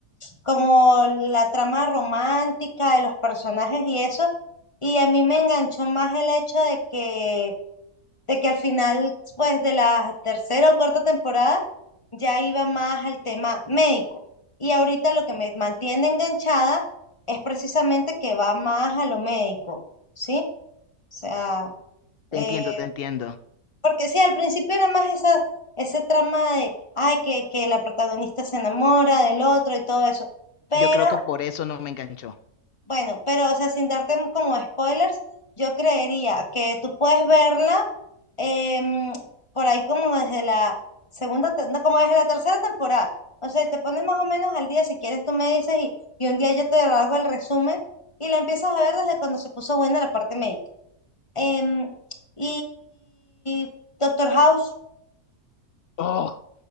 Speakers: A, on the left; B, on the left.
A: como la trama romántica de los personajes y eso, y a mí me enganchó más el hecho de que, de que al final, pues de la tercera o cuarta temporada, ya iba más al tema médico. Y ahorita lo que me mantiene enganchada es precisamente que va más a lo médico, ¿sí? O sea,
B: Te
A: eh,
B: entiendo, te entiendo.
A: porque sí, al principio era más esa, ese trama de, ay, que, que la protagonista se enamora del otro y todo eso. Pero,
B: Yo creo que por eso no me enganchó.
A: bueno, pero, o sea, sin darte m- como spoilers, yo creería que tú puedes verla em, por ahí como desde la segunda, te- no, como desde la tercera temporada. O sea, te pones más o menos al día, si quieres tú me dices, y, y un día yo te hago el resumen y la empiezas a ver desde cuando se puso buena la parte médica. Em, y, y Doctor House.
B: Oh,